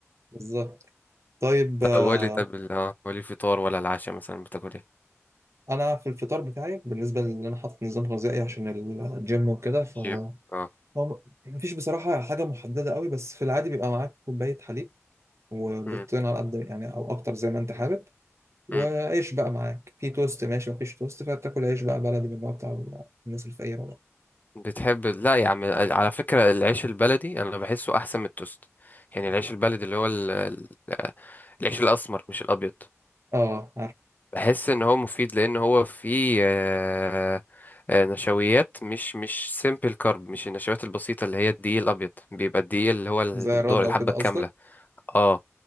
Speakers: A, on the right; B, on the left.
A: بالظبط طيب
B: طب
A: آه،
B: قولي طب ال- اه قولي فطار ولا العشاء مثلا بتاكل ايه
A: انا في الفطار بتاعي بالنسبه لان انا حاطط نظام غذائي عشان الجيم وكده ف
B: جيم اه
A: هو م- مفيش بصراحه حاجه محدده قوي بس في العادي بيبقى معاك كوبايه حليب وبيضتين
B: مم.
A: على قد يعني او اكتر زي ما انت حابب وعيش
B: مم.
A: بقى معاك في توست ماشي مفيش توست فبتاكل عيش بقى بلدي من النوع بتاع الناس الفقيره ده
B: بتحب ال- لا يا عم على فكرة العيش البلدي انا بحسه احسن من التوست يعني العيش البلدي اللي هو ال... ال- آه، العيش الاسمر مش الابيض
A: اه
B: بحس ان هو مفيد لان هو فيه آه، آه، نشويات مش مش سيمبل كارب مش النشويات البسيطه اللي هي الدقيق الابيض بيبقى الدقيق اللي هو
A: زي
B: الدور
A: الردة
B: الحبه
A: وكده
B: الكامله
A: قصدك
B: اه